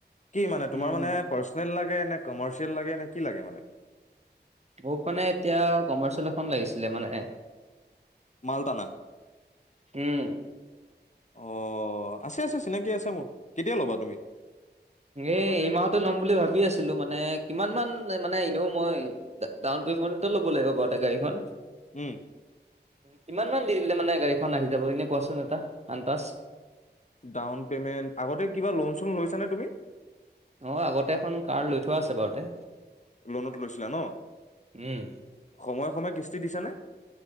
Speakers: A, on the left; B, on the right.
A: কি মানে তোমাৰ
B: উম
A: মানে পাৰ্চনেল লাগে নে কমাৰ্চিয়েল লাগে নে কি লাগে মানে?
B: মোক মানে এতিয়া কমাৰ্চিয়েল এখন লাগিছিলে মানে।
A: মালতানা।
B: উম
A: অ আছে আছে চিনাকি আছে মোৰ, কেতিয়া ল'বা তুমি?
B: এই মাহতে ল'ম বুলি ভাবি আছিলো মানে কিমান মান মানে এনেয়ো মই ডাউন পেমেণ্টতে ল'ব লাগিব গাড়ীখন।
A: উম।
B: কিমান মান দি দিলে মানে গাড়ীখন আহি যাব এনেই কোৱাচোন এটা আন্দাচ।
A: ডাউন পে'মেণ্ট আগতে কিবা লোন চোন লৈছা নে তুমি?
B: অঁ' আগতে এখন কাৰ লৈ থোৱা আছে বাৰুতে।
A: লোনত লৈছিলা ন
B: উম
A: সময়ে সময়ে কিস্তি দিছানে?